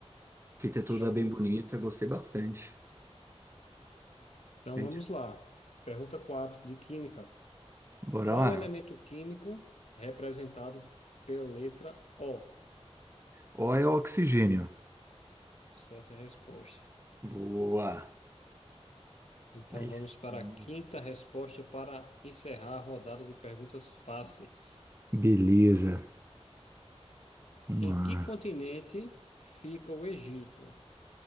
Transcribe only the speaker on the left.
Show.
Então
vamos lá. Pergunta 4 de química.
Qual
o elemento químico representado pela letra O?
Certa resposta.
Então
vamos para
a quinta resposta para encerrar a rodada de perguntas fáceis.
Em
que continente fica o Egito?